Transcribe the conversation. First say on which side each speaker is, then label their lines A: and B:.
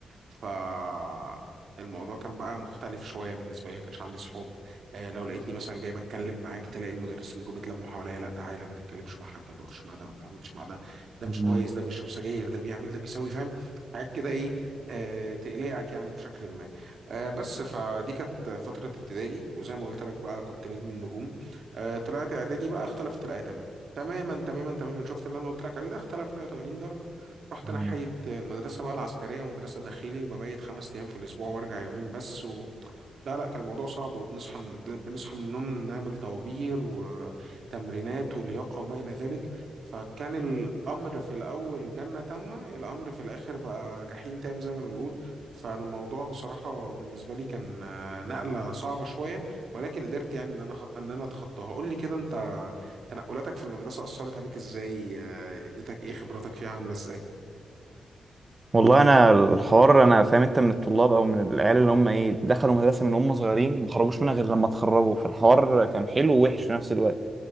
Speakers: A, on the right; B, on the right.
A: فالموضوع كان بقى مختلف شويه بالنسبه لي ما كانش عندي صحاب آه، لو لقيتني مثلا جاي بتكلم معاك تلاقي المدرسين جم اتلموا حواليا لا تعالى ما تتكلمش مع حد ما تقفش مع ده ما تعملش مع ده ده مش
B: مم.
A: كويس ده بيشرب سجاير ده بيعمل ده بيسوي فاهم حاجات كده ايه آه، تقلقك يعني بشكل ما آه، بس فدي كانت فتره ابتدائي وزي ما قلت لك بقى كنت نجم النجوم آه، طلعت اعدادي بقى اختلفت الايه تماما تماما تماما تماما شفت اللي انا قلت لك عليه ده اختلف 180 درجه رحت
B: مم.
A: ناحية المدرسة بقى العسكرية ومدرسة داخلي وببيت خمس أيام في الأسبوع وأرجع يومين بس و... لا لا كان الموضوع صعب وبنصحى من- بنصحى من النوم نعمل طوابير وتمرينات ولياقة وما إلى ذلك فكان الأمر في الأول جنة تامة الأمر في الآخر بقى جحيم تام زي ما بنقول فالموضوع بصراحة بالنسبة لي كان آه، نقلة صعبة شوية ولكن قدرت يعني إن أنا خ- إن أنا أتخطاها قول لي كده أنت تنقلاتك في المدرسة أثرت عليك إزاي آه، اديتك إيه خبراتك فيها عاملة إزاي
B: والله انا الحوار انا فاهم انت من الطلاب او من العيال اللي هم ايه دخلوا مدرسه من هم صغيرين ما خرجوش منها غير لما اتخرجوا فالحوار كان حلو ووحش في نفس الوقت